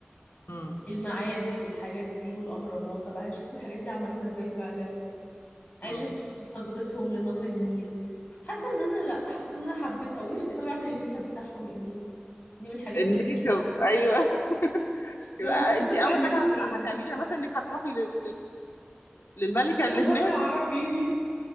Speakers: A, on the left; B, on the left.
A: امم
B: المعابد والحاجات دي والاهرامات طب هشوف الحاجات دي عملوها ازاي فعلا عايشوا
A: امم
B: في تقديسهم لنهر النيل حاسه ان انا لا حاسه ان انا حبيت او نفسي قوي اعمل الميك اب بتاعهم يعني دي من الحاجات
A: الميك
B: اللي نفسي اشوفها
A: اب ايوه <laughs>
B: اللي
A: يبقى
B: هو انتوا كنتوا
A: انت اول
B: بتعملوه
A: حاجه هت-
B: بايه
A: هتعمليها مثلا انك هتروحي لل... للملكه
B: كليوباترا
A: اللي هناك
B: عرفيني